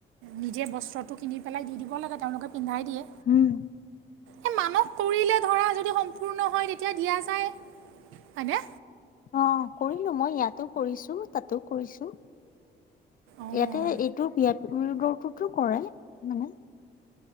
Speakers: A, on the right (about 85°); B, on the left (about 45°).
A: নিজে বস্ত্ৰটো কিনি পেলাই দি দিব লাগে তেওঁলোকে পিন্ধাই দিয়ে
B: উম,
A: হে মানস কৰিলে ধৰা যদি সম্পূৰ্ণ হয় তেতিয়া দিয়া যায়। হয়নে?
B: অহ' কৰিলো মই ইয়াতো কৰিছো তাতো কৰিছো।
A: অঁ
B: ইয়াতে এইটো বিয়াত উম মন্দিৰ কৰে মানে।